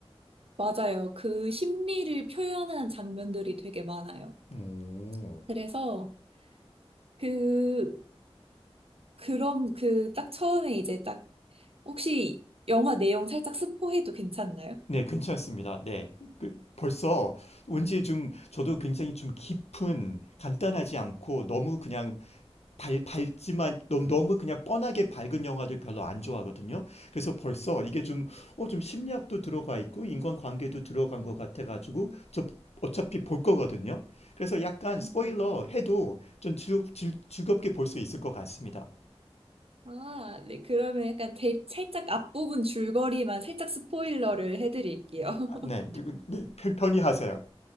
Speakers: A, on the right; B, on the left.
A: 맞아요. 그 심리를 표현한 장면들이 되게 많아요.
B: 오.
A: 그래서 그 그럼 그 딱 처음에 이제 딱 혹시 영화 내용 살짝 스포해도 괜찮나요?
B: 네, 괜찮습니다. 네. 그, 벌써 왠지 좀 저도 굉장히 좀 깊은, 간단하지 않고 너무 그냥 밝, 밝지만 너무, 너무 그냥 뻔하게 밝은 영화들 별로 안 좋아하거든요. 그래서 벌써 이게 좀, 어, 좀 심리학도 들어가 있고 인간관계도 들어간 것 같아가지고 저 어차피 볼 거거든요. 그래서 약간
A: 네.
B: 스포일러 해도 좀 즐, 즐, 즐겁게 볼 수 있을 것 같습니다.
A: 아, 네. 그러면 약간 대, 살짝 앞부분 줄거리만 살짝 스포일러를 해드릴게요.
B: 아,
A: <laughs>
B: 네, 누- 네, 편- 편히 하세요.